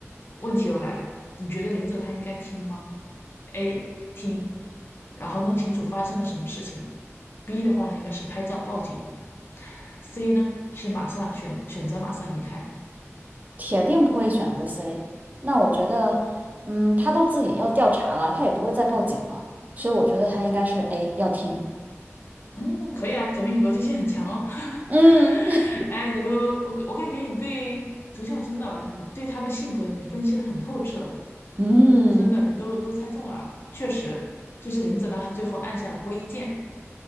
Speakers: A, on the left; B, on the right.
A: 问题又来了，你觉得林子他应该听吗？A 听，然后弄清楚发生了什么事情。B 的话呢，应该是拍照报警。C 呢是马上选选择马上离开。
B: 铁定不会选择 C。那我觉得，嗯，他都自己要调查了，他也不会再报警了，所以我觉得他应该是 A，要听。
A: 嗯，可以啊，姐妹你逻辑性很强哦。<laughs>
B: 嗯
A: <laughs> 哎，你都我我感觉你对主角真的，你对他的性格你分析的很透彻，
B: <laughs> 嗯，
A: 真的你都都猜中了。确实，就是林子呢，他最后按下了播音键，